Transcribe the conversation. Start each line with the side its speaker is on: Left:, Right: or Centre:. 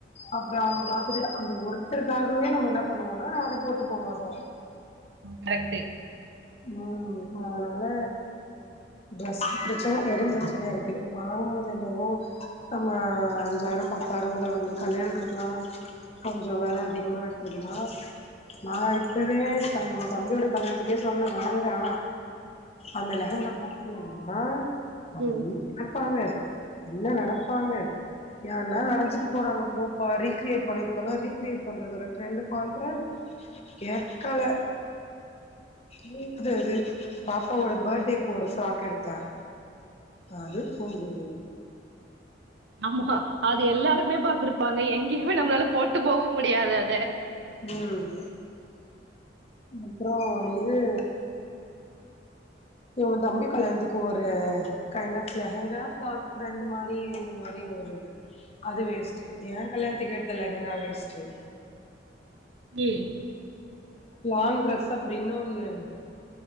Left: அப்றோ அவங்க ராத்திரி அந்த ஒருத்தருக்காகவே நம்ம என்ன பண்ணுவோனா அத போட்டு போமாட்டோ
Right: கரெக்ட்டு
Left: ம் அதனால டிரஸ் பிரச்சன பெரு பிரச்சனையா இருக்கு வாங்குனது என்னவோ நம்மா அஞ்சாயிரம் பத்தாயிரம்ந்து தோ இந்த கல்யாணத்துக்கெல்லா கொஞ்சம் வெல அதிகமா எடுத்ததுலா நா இப்பவே சா எ தம்பியோட கல்யணத்துக்கே சொன்ன வேண்டா அந்த லெஹங்க பாத்தீங்கன்னா அது
Right: ம்.
Left: வந்து நெனப்பாங்க என்ன நெனப்பாங்க யார்னா நெனச்சிட்டு போறாங்க போப்பா ரீகிரியேட் பண்ணி இப்பல்லா ரீகிரியேட் பண்றது ஒரு ட்ரெண்டுப்பாண்ற கேக்கல யூக்கா அது பாப்பாவோட பேர்ட்டேக்கு ஒரு ஃப்ராக் எடுத்த அது பொங்குது
Right: ஆமா அது எல்லாருமே பாத்துருப்பாங்க எங்கயுமே நம்மளால போட்டு போகவு முடியாது அத
Left: ம் அப்றோ இது இவ்ங்க தம்பி கல்யாணத்துக்கு ஒரு கைண்ட் ஆஃப் லெஹங்கா ஃப்ராக் ரெண்டு மாரி இந்த மாரி ஒரு அது வேஸ்ட் ஏ கல்யாணத்துக்கு எடுத்த லெஹங்கா வேஸ்ட்டு
Right: ம்.
Left: லாங் ட்ரெஸ் அப்டின்னு ஒண்ணு